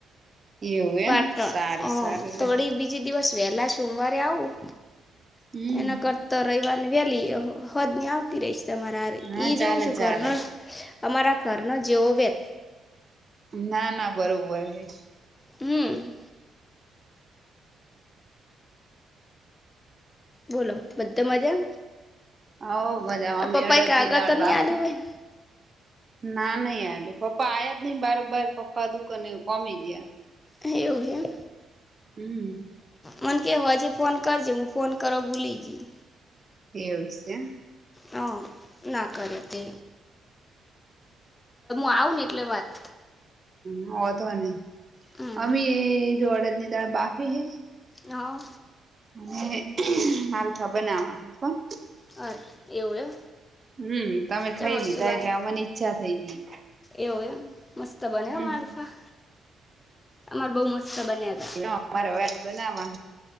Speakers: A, on the right; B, on the left.
A: એવું
B: પાટણ
A: એમ સારું
B: અ
A: સારું
B: થોડી
A: લ્યો
B: બીચ બીજે દિવસ વહેલા સોમવારે આવું
A: હમ
B: એના કરતા. તો રવિવારને વેલી અહ હોજની આવતી રહીશ તમારેરે
A: હા
B: ઈ
A: ચાલે
B: જોવું છું
A: ચાલે
B: કરણ. અમારા ઘરનો જેવો વ્ય
A: ના ના બરોબર એજ.
B: હમ. બોલો બધ મજા?
A: હા હો મજામાં
B: પપ્પાએ
A: મે અડદ
B: કાગળ
A: ની દાળ
B: તો નહી
A: બાફે.
B: આલ્યું
A: ના ના યાર પપ્પા આયા જ નઈ બારબર પપ્પા દુકને કોમી ગયા.
B: એવું એમ.
A: હમ.
B: મન કે હોજે ફોન કર જે હું ફોન કરો ભૂલી જજી.
A: એવું છે એમ.
B: હ ના કરે તો. આવું ને એટલે વાત
A: ના ઓઘો નઈ.
B: હમ
A: અમે એ જો અડદ ની દાળ બાફી હે.
B: હા.
A: અને માલફા બનાવા હે કોણ.
B: અરે એવું એમ.
A: હમ તમે
B: ચા
A: ખાઈ
B: મસ્ત
A: લીધા
B: બને
A: એટલે અમન ઈચ્છા થઈ ગઈ.
B: એવું એમ મસ્ત બને
A: હમ
B: અ મારફા, અમાર બહુ મસ્ત બન્યા હતા.
A: હ મારે વાજ બનાવા